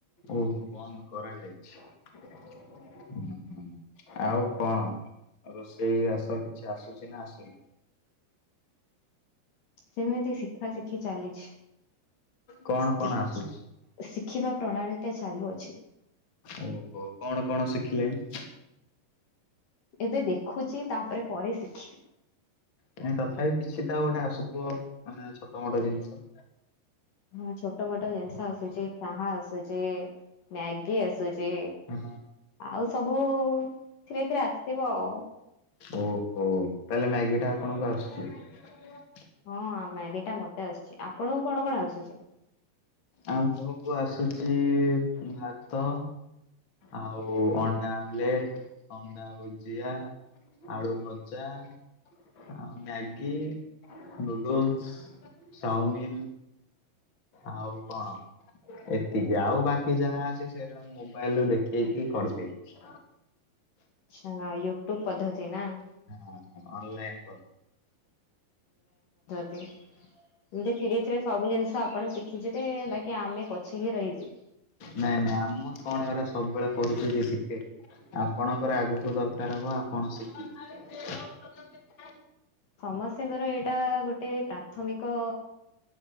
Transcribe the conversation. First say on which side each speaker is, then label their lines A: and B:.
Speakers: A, on the left; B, on the left.
A: ଓ ବନ୍ଦ କରାଯାଇଛି ହୁଁ ହୁଁ। ଆଉ କଣ ରୋଷେଇ ବାସ କିଛି ଆସୁଛି ନା ଆସୁନି?
B: ସେମିତି ଶିଖା ଶିଖି ଚାଲିଛି।
A: କଣ
B: ସିଖି
A: କଣ ଆସୁଛି
B: ଶିଖିବା ପ୍ରଣାଳୀଟା ଚାଲୁ ଅଛି।
A: ଓହୋ କଣ କଣ ଶିଖିଲେଣି?
B: ଏବେ ଦେଖୁଛି ତାପରେ ପରେ ଶିଖିବି।
A: କାଇଁ ତଥାପି କିଛିଟା ଗୋଟେ ଆସୁଥିବ ମାନେ ଛୋଟ ମୋଟ ଜିନିଷ।
B: ହଁ ଛୋଟ ମୋଟ ଜିନିଷ ଆସୁଛି ଚାହା ଆସୁଛି ମ୍ୟାଗି ଆସୁଛି।
A: ହଁ
B: ଆଉ ସବୁ ଧୀରେ ଧୀରେ ଆସିବ ଆଉ।
A: ଓହୋ ତାହେଲେ ମ୍ୟାଗି ଟା ଆପଣଙ୍କୁ ଆସୁଛି?
B: ହଁ ମ୍ୟାଗି ଟା ମତେ ଆସିଛି ଆପଣଙ୍କୁ କଣ କଣ ଆସୁଛି
A: ଆମ୍ଭକୁ ଆସୁଛି ଭାତ ଆଉ ଅଣ୍ଡା ଆମଲେଟ ଅଣ୍ଡା ଭୁଜିଆ ଅଳୁ ଭଜା ଆଉ ମ୍ୟାଗି ନୁଡଲସ ଚାଉମିନ୍ ଆଉ କଣ ଏତିକି ଆଉ ବାକି ଯାହା ଅଛି ସେଇଟା ମୋବାଇଲ ରୁ ଦେଖେଇକି କରିଦେଇବି
B: ଆଛା ୟୁଟ୍ୟୁବ ପଦ୍ଧତି ନା
A: ହଁ ଅନ୍ଲାଇନ୍
B: ଏମତି ଥିୀରେ ଧୀରେ ସବୁ ଜିନିଷ ଆପଣ ଶିଖ ଖିଛି ବାକି ଆମେ ପଛକି ରହିଛୁ
A: ନାଇଁ ନାଇଁ ମୁଁ କଣ ଏ ସବୁବେଳେ କରୁଛି କି ଶିଖେ ଆପଣଙ୍କର ଆଗକୁ ଦରକାର ହବ। ହଉ ଆପଣ ସେଠ।
B: ସମସ୍ତିଙ୍କର ଏଇଟା ଗୋଟେ ପ୍ରାଥମିକ।